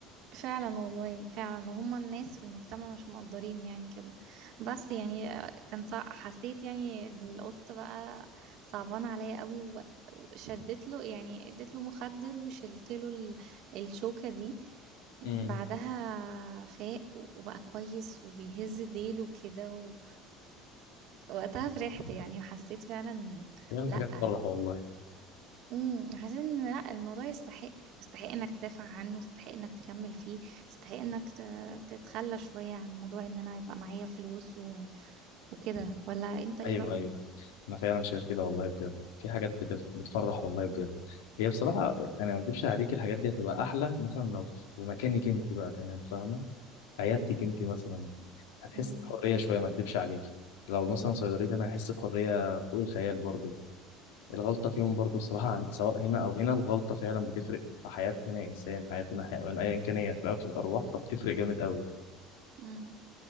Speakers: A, on the right; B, on the left.
A: فعلا والله فعلا وهم الناس في المجتمع مش مقدرين يعني كده بس يعني كان صع... حسيت يعني القط بقى صعبان عليا قوي و- وشدت له يعني اديت له مخدر وشلت له ال... الشوكة دي
B: امم
A: بعدها فاق وبقى كويس وبيهز ديله كده و... وقتها فرحت يعني وحسيت فعلا
B: فعلا
A: لأ
B: حاجات تفرح والله
A: امم حاسين ان لا الموضوع يستحق يستحق انك تدافع عنه يستحق انك تكمل فيه يستحق انك ت- تتخلى شوية عن موضوع ان انا يبقى معايا فلوس و... وكده ولا انت ايه
B: ايوه
A: رأيك
B: ايوه انا فعلا شايف كده والله بجد في حاجات بتف... بتفرح والله بجد هي بصراحه انا ما اكدبش عليك الحاجات دي هتبقى احلى مثلا لو في مكانك انت بقى كمان فاهمه عيادتك انت مثلا هتحسي
A: امم
B: بحريه شويه ما اكدبش عليك لو مثلا صيدليتي انا هحس بحريه فوق الخيال برضه الغلطة فيهم برضو الصراحة عن سواء هنا أو هنا الغلطة فعلا بتفرق في حياة هنا إنسان حياة هنا حيوان أيا كان هي في الأول في الأرواح فبتفرق جامد قوي
A: امم